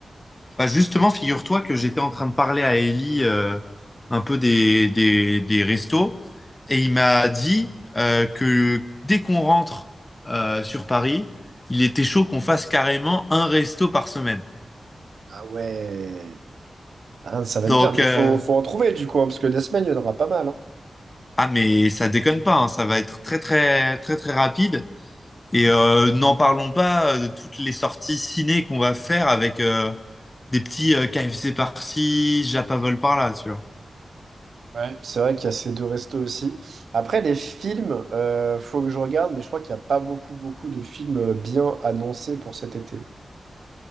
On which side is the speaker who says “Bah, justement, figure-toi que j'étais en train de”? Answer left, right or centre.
Left